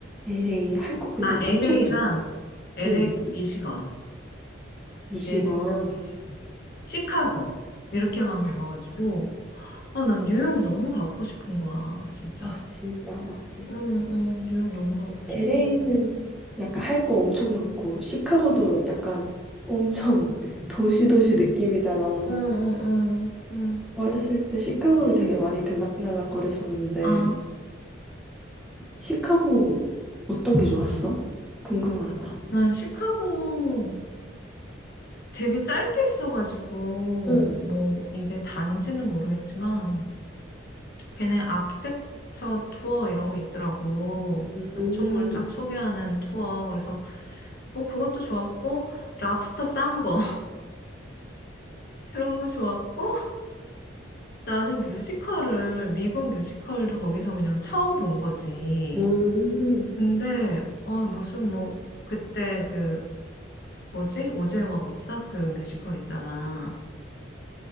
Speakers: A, in the centre; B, on the left (about 50°).
A: LA 할 거 근데
B: 아, LA랑,
A: 엄청 많아.
B: LA랑
A: 응,
B: 미시건.
A: 미시건.
B: LA랑 미시 시카고. 이렇게만 가봐가지고. 아, 난 뉴욕 너무 가보고 싶은 거야, 진짜.
A: 아, 진짜 맞지.
B: 응, 응, 뉴욕 너무 가보고 싶어.
A: LA는 약간 할 거 엄청 많고, 시카고도 약간 엄청 <laughs> 도시도시 느낌이잖아.
B: 응, 응, 응, 응.
A: 어렸을 때 시카고를 되게 많이 들락날락 거렸었는데,
B: 아,
A: 시카고 어떤 게 좋았어? 궁금하다.
B: 난 시카고 되게 짧게 있어가지고,
A: 응.
B: 뭐, 이게 단지는 모르겠지만, 걔네 아키텍처 투어 이런 게 있더라고. 건축물
A: 음,
B: 쫙 소개하는 투어. 그래서, 뭐, 그것도 좋았고, 랍스터 싼 거, <laughs> 그런 거 좋았고, 나는 뮤지컬을, 미국 뮤지컬도 거기서 그냥 처음 본 거지.
A: 음,
B: 근데, 어, 무슨 뭐, 그때 그, 뭐지? 오즈의 마법사? 그 뮤지컬 있잖아.